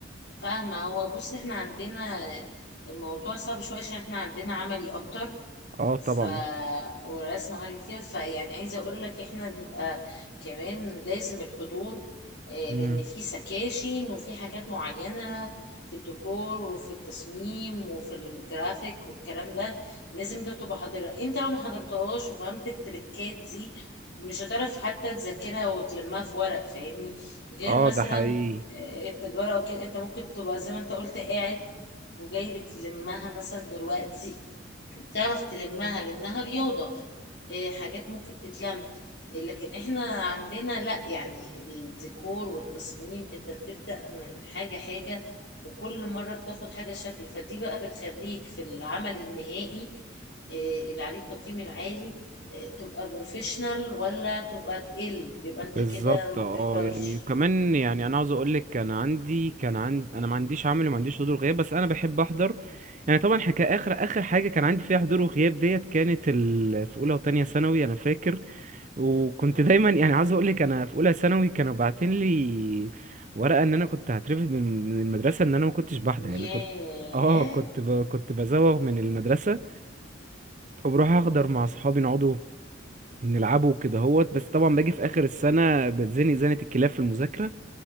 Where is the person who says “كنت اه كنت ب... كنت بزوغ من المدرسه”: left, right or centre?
Right